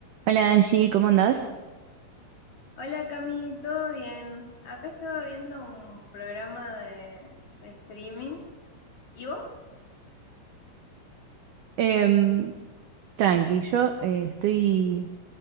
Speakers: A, on the right; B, on the left.
A: Hola Angie, ¿cómo andás?
B: Hola Cami, ¿todo bien? Acá estaba viendo un programa de, de streaming. ¿Y vos?
A: Em, tranqui, yo eh, estoy